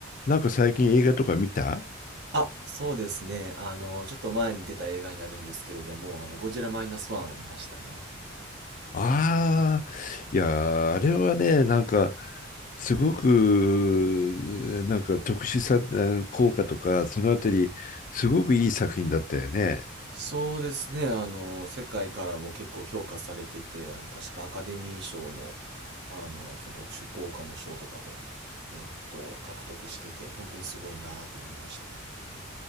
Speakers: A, on the left; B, on the right.
A: なんか最近映画とか見た
B: あ、そうですね。あの、ちょっと前に出た映画になるんですけれども、あの、ゴジラマイナスワンを見ましたね。
A: ああいやー、あれはね、なんか、すごく、なんか特殊さ、えー効果とか、そのあたり、すごくいい作品だったよね。
B: そうですね。あの、世界からも結構評価されてて、あの、確かアカデミー賞の、あの、その特殊効果の賞とかも、えっと、獲得してて、本当にすごいなと思いましたね。